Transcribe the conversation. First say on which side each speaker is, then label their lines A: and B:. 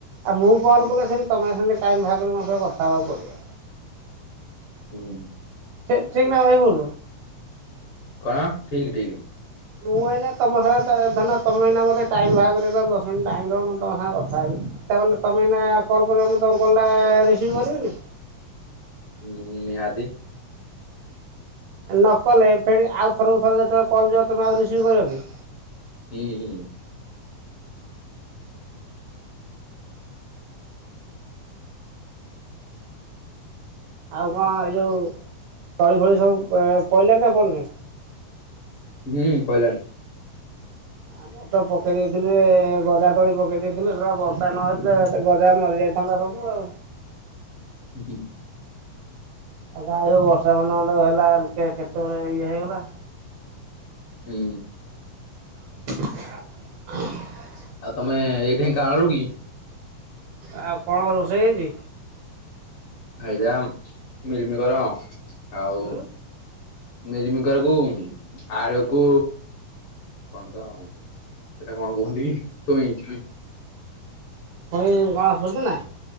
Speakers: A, on the right; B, on the left.
A: ଆଉ ମୁଁ କଲ୍
B: ହୁଁ
A: କଲେ ସେମତି ତମେ ସେମ ଟାଇମ ଭାର କରି ମୋ ସହ କଥା ହେବାକୁ ପଡିବ।
B: ହୁଁ
A: ଠିକ ନା ଭାଇ ଭୁଲ୍?
B: କଣ ଠିକ ଠିକ।
A: ମୁଁ ଅଇନା ତମ ସାଙ୍ଗେ ଧରନ ତମେଏନା ମୋତେ ଟାଇମ ବାହାର କରିଦବ ଦଶ ମିନିଟ୍ ଟାଇମ୍ ଦେବ ମୁଁ ତମ ସାଙ୍ଗେ କଥା ହେବି। ତାମାନେ ତମେ ଏଇନା କଲ୍ କର ମୁଁ ତମ କଲ ଟା ରିସିଭ କରିବିନି?
B: ହୁଁ ନିହାତି?
A: ନକଲେ ଫେଣି ଆଉଥରକୁ ଥର ଯେତେବେଳେ କଲ ଯିବ ତମେ ଆଉ ରିସିଭ କରିବ କି?
B: ହୁଁ ହୁଁ।
A: ଆଉ କଣ ଏଇ ଯୋଉ ତଳି ଫଳି ସବୁ ପଡିଲଣି ନା ପଡନି?
B: ହୁଁ ପାଇଲାଣି।
A: ଆ ତ ପକେଇ ଦେଇଥିଲି ଗଜା ତୋଳି ପକେଇ ଦେଇେଇଥିଲୁ ସେଟା ବର୍ଷା ନ ହେେଇଥିଲା ଗଜା ମରିଯାଇ ଥାନ୍ତା ସବୁ ଆଉ।
B: ହୁଁ ହୁଁ।
A: ଆ ଯାଇ ହଉ ବର୍ଷା ମୁନ୍ଦେ ମୁନ୍ଦେ ହେଲା କେତେବେଳେ ଇଏ ହେଇଗଲା।
B: ହୁଁ।
A: <unintelligible>
B: ଆଉ ତମେ ଏଇଁ ଢେଙ୍କାନାଳୁ କି?
A: ଆଉ କଣ ରୋଷେଇ ହେଇଛି?
B: ହେଇରାଆଉ ମିଲିମିକର ଆଉ
A: ଉଁ
B: ମେଲିମିକର କୁ ଆଳୁକୁ କଣ ତ ସେଇଟା କଣ କୁହନ୍ତି ଛୁଇଁ ଛୁଇଁ।
A: ଛୁଇଁ କଣ ସୁଜୁନା?